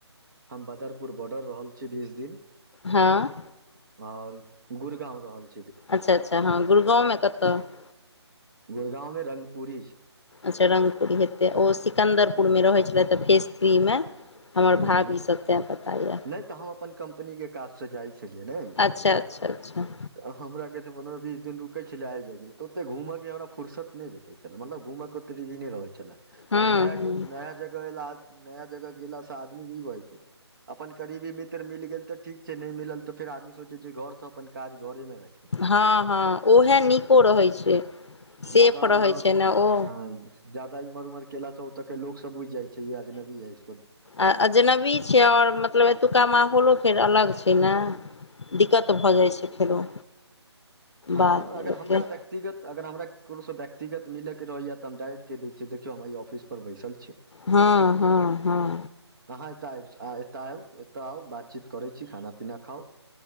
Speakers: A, on the right; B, on the left.
A: हम बदरपुर बॉर्डर रहल छी बीस दिन
B: हँ
A: और गुड़गांव रहल अछि
B: अच्छा अच्छा हँ गुरुगाँवमे कतय '
A: गुड़गांव मे रगपुरी
B: अच्छा रङ्गपुरी हेतै ओ सिकन्दरपुरमे रहैत छले तऽ फेस थ्रीमे हमर
A: हूँ
B: भाभी
A: हूँ
B: सब तें पता य
A: नहि तऽ हम अपन कम्पनीके काजसँ जाइ छलियै ने
B: अच्छा अच्छा अच्छा
A: तऽ हमरा कहे छै पन्द्रह बीस दिन रुकै छलै आब जाइ छल तऽ ओते घुमके हमरा फर्सत नहि भेटै छै मतलब घुमक केत नहि रहै छल आओर
B: हूँ
A: नय
B: हूँ
A: नया जगह एला नया जगह गेला से आदमीे ई बै छै अपन करीबी मित्र मिल गेल तऽ ठीक छै नहि मिलल तऽ फेर आदमी सोचै छै घर ता सब अपन काज घरे मे राखी
B: हँ हँ ओहा नीको रहै छै
A: जादा
B: सेफ
A: इम्हर
B: रहै छै ने ओ
A: हँ जदा इम्हर उम्हर केलासा ओत के लोक सब बझि जाइ छै य आजनवी ह इसको
B: आजनबी छै आओर मतलब एतुका माहौल फेर अलग छै ने दिक्कत भऽ जाइ छै फेरो
A: हँ
B: बादमे
A: अगर
B: लोकके
A: हमरा देखते व्यक्तिग अगर हमरा ककरोसँ व्यक्तिगत मिलै रहैए तऽ हम डायरेक्ट दै छियै देखिय हमरा एहि ऑफिसमे पर बैसल छै
B: हँ हँ हँ
A: अहाँ एतय आबाँ एतय आउ बातचीत करै छी खाना पीना खाउ